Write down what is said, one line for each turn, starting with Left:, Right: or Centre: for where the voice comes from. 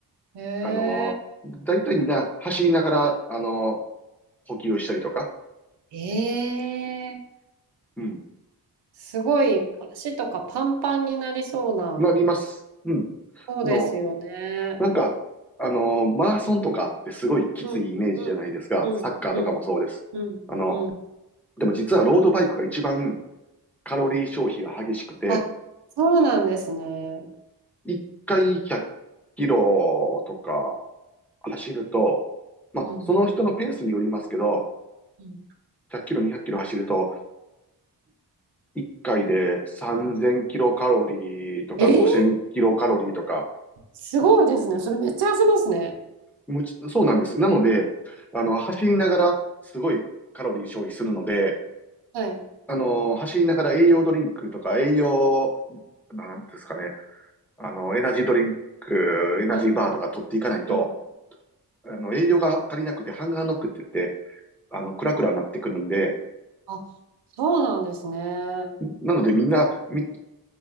Right: へえ。
Centre: あのー、だいたいみんな走りながら、あのー、補給をしたりとか、
Right: ええ。
Centre: うん、
Right: すごい足とかパンパンになりそうな。
Centre: なります。うん。
Right: そうですよね。
Centre: あの、なんか、あのー、マラソンとかってすごいきついイメージじゃないですか。
Right: うん、うん、うん、
Centre: サッカーとかもそうです。
Right: うん、うん、
Centre: あの、
Right: うん。
Centre: でも実はロードバイクが一番カロリー消費が激しくて、
Right: あ、そうなんですね。
Centre: 一回100キロとか走ると、まあ、
Right: うん、
Centre: その人のペースによりますけど、
Right: うん。
Centre: 100キロ、200キロ走ると、一回で3000キロカロリーとか5000キロカロリーとか、
Right: えー、すごいですね。それめっちゃ痩せますね。
Centre: むちそうなんです。なので、あの、走りながらすごいカロリー消費するので、
Right: はい、
Centre: あの、走りながら栄養ドリンクとか栄養、なんていうんですかね、あの、エナジードリンク、エナジーバーとか取っていかないと、
Right: はい。うん。
Centre: あの、栄養が足りなくてハンガーノックって言って、あの、クラクラになってくるんで、
Right: あ、そうなんですね。
Centre: なのでみんなみ